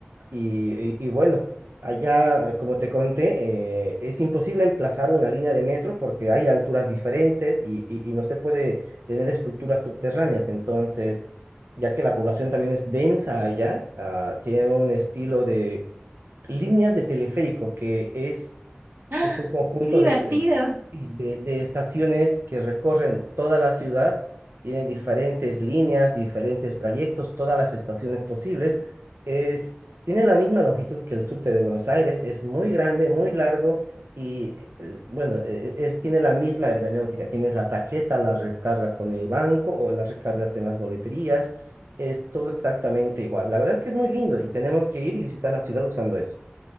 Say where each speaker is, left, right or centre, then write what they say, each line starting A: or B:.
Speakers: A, on the right; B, on the right.
A: Y, y- y bueno, allá, eh, como te conté, eh, es imposible emplazar una línea de metro porque hay alturas diferentes y, y- y no se puede tener estructuras subterráneas. Entonces, ya que la población también es densa allá, ah, tiene un estilo de líneas de teleférico que es,
B: Ah,
A: es un conjunto
B: qué divertido.
A: sí, de, de estaciones que recorren toda la ciudad, tienen diferentes líneas, diferentes trayectos, todas las estaciones posibles. Es, tiene la misma longitud que el subte de Buenos Aires, es muy grande, muy largo y es- bueno, e- e- es, tiene la misma hermenéutica. Tienes la tarjeta, la recargas con el banco o la recargas en las boleterías. Es todo exactamente igual. La verdad es que es muy lindo y tenemos que ir y visitar la ciudad usando eso.